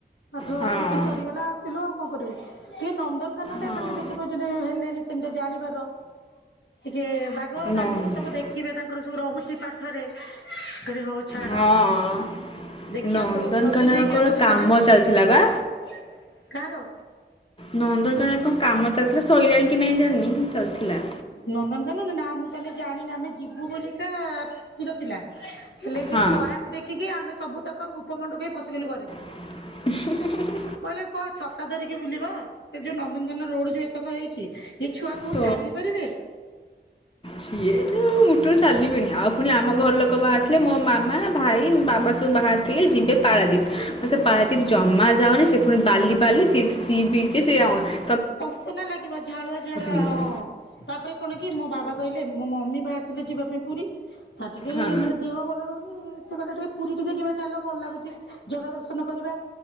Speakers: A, on the left (about 80°); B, on the left (about 30°).
A: ପାଠ
B: ହଁ
A: ଛୁଟି ସରିଗଲା ଆସିଲୁ ଆଉ କଣ କରିବୁ। ଟିକେ ନନ୍ଦନକାନନ ଟା
B: ହଁ
A: ଏମାନେ ଦେଖି ପାରୁଛନ୍ତି ହେଲେଣି ସେମିତି ଜାଣିବାର। ଟିକେ ବାଘ ଭାଲୁ
B: ନ
A: ସବୁ ଦେଖିବେ ତାଙ୍କର। ଯୋଉ ରହୁଛି ପାଠରେ ମୁଁ କହିଲି ହଉ ଛାଡ
B: ହଁ
A: ଦେଖ ଖିବା
B: ନନ୍ଦନକାନନଙ୍କର
A: ଗ ଗଲେ ଯାଇକି ଆମେ ଯେତେବେଳେ
B: କାମ ଚାଲିଥିଲା ବା
A: କାହାର।
B: ନନ୍ଦନକାନନ ରେ କଣ କାମ ଚାଲିଥିଲା ସଇଲାଣି କି ନାଇଁ ଜାଣିନି କିନ୍ତୁ ଚାଲିଥିଲା।
A: ନନ୍ଦନକାନନ ରେ ନା ମୁଁ ତାହେଲେ ଜାଣିନି ଆମେ ଯିବୁ ବୋଲିିକା। ସ୍ତିର ଥିଲା ହେଲେ ଏ
B: ହଁ
A: ଯୋଉ ଖରାକୁ ଦେଖିକି ଆମେ ସବୁ ତକ କୂପ ମଣ୍ଡକୁ କେ ପଶିଗଲୁ ଘରେ।
B: <inaudible>
A: ଆ ମାନେ କଁ ଛତା ଧରିକି ବୁଲିବ ସେ ଯୋଉ ନନ୍ଦନକାନନ ରୋଡ ଯୋ ଏତକ ହେଇ ଚି ଏ ଛୁଆ କୋଉ
B: ତ
A: ଚାଲି ପାରିବେ।
B: ସିଏ ତ ମୁଟୁରୁ ଚାଲିବେନି ଆଉ ପୁଣି ଆମ ଘର ଲୋକ ବାହାରିଥିଲେ ମୋ ମାମା ଭାଇ। ବାବା ସବୁ ବାହାରିଥିଲେ ଯିବେ ପାରାଦୀପ ମୁଁ ସେ ପାରାଦୀପ ଜ ଜମା ଯାଅନି ସେ ପୁଣି ବାଲି ବାଲି ସି ସି ବୀଚ ସିଏ ଅ
A: ପସନା ଲାଗିବ ଝାଳୁଆ ଝାଳୁଆ
B: ନେଇଯିବ
A: ହଁ। ତାପରେ କଣ କି ମୋ ବାବା କହିଲେ ମୋ ମମି ବାହାରିଥିଲା ଯିବା ପାଇଁ ପୁରୀ। ତାର ଟିକେ
B: ହଁ
A: ମାନେ ଦେହ ଭଲ ରହୁନି। ସେ କହିଲା ଟିକେ ପୁରୀ ଟିକେ ଯିବା ଚାଲ ଭଲ ଲାଗୁଚି ଜଗା ଦର୍ଶନ କରିବା।